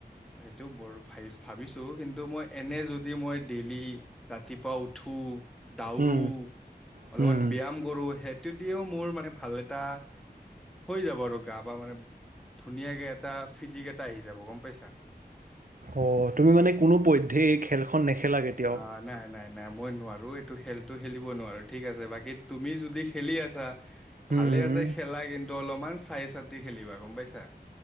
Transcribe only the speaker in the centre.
সেইটো বৰ ভাব ভাবিছো কিন্তু মই এনে যদি মই ডেইলি ৰাতিপুৱা উঠো দউৰো
অলপমান
ব্যায়াম কৰো, সেইটো দিও মোৰ মানে ভাল এটা হৈ যাব আৰু গা পা মানে ধুনীয়াকে এটা ফিজিক এটা আহি যাব গম পাইছা।
অ' নাই নাই নাই মই নোৱাৰো এইটো খেলতটো খেলিব নোৱাৰো ঠিক আছে, বাকী তুমি যদি খেলি আছা
ভালে আছে খেলা কিন্তু অলপমান চাই চাতি খেলিবা গম পাইছা।